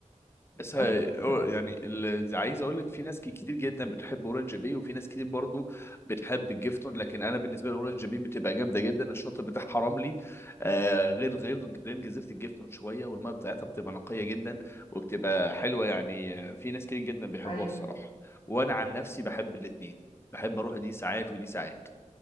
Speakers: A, on the left; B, on the left.
A: بس هي-
B: بس
A: أو-
B: و...
A: يعني اللي عايز اقول لك في ناس ك- كتير جدا بتحب اورنج بي وفي ناس كتير برضو بتحب الجيفتون لكن انا بالنسبه لي اورنج بي بتبقى جامده جدا الشاطئ بتاعها رملي آه غير غير غير جزيره الجيفتون شويه والميه بتاعتها بتبقى نقيه جدا وبتبقى حلوه يعني آه، في ناس كتير جدا بيحبوها
B: ايوه
A: الصراحه وانا عن نفسي بحب الاثنين بحب اروح دي ساعات ودي ساعات